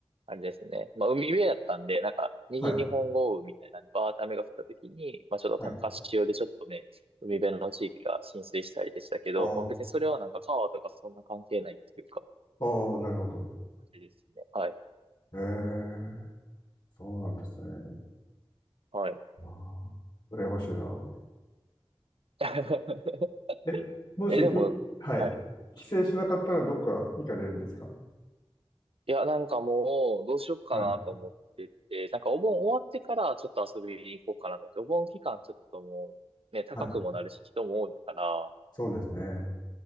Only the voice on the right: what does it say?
あれですね、まあ、海辺やったんで、なんか、右日本豪雨みたいなんで、
バーって雨が降った時に、まあ、ちょっと高潮でちょっとね、
海辺の地域が浸水したりでしたけど、
まあ、別にそれはなんか川とかそんな関係ないっていうか、
あれですね。はい。
はい。
<laughs>
え、でも、
はい。
いや、なんかもう、どうしよっかなと思ってて、
なんかお盆終わってからちょっと遊びに行こうかなと思って、お盆期間ちょっともう、ね、高くもなるし、
人も多いから、